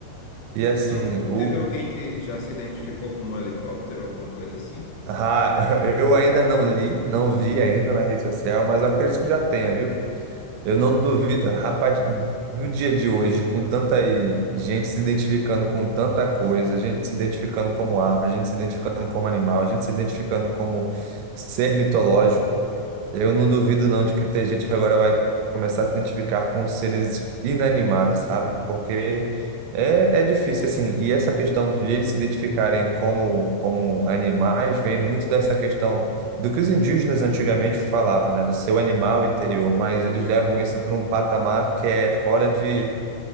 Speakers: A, on the right; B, on the left.
A: e
B: teve,
A: assim,
B: al-
A: o
B: teve alguém que já se identificou como helicóptero, alguma coisa assim?
A: ah, <laughs> eu ainda não li, não vi ainda na rede social, mas eu acredito que já tenha, viu? Eu não duvido, rapaz, no dia de hoje, com tanta aí- gente se identificando com tanta coisa, gente se identificando como árvore, gente se identificando como animal, gente se identificando como ser mitológico, Eu não duvido não de que tem gente que agora vai começar a se identificar com seres inanimados, sabe? Porque é, é difícil, assim. E essa questão de eles se identificarem como, como animais vem muito dessa questão do que os indígenas antigamente falavam, né? Do seu animal interior, mas eles levam isso para um patamar que é fora de